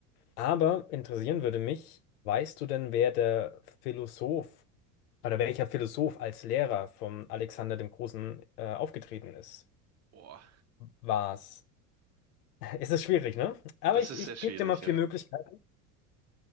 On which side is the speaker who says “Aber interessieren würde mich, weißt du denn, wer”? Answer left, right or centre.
Left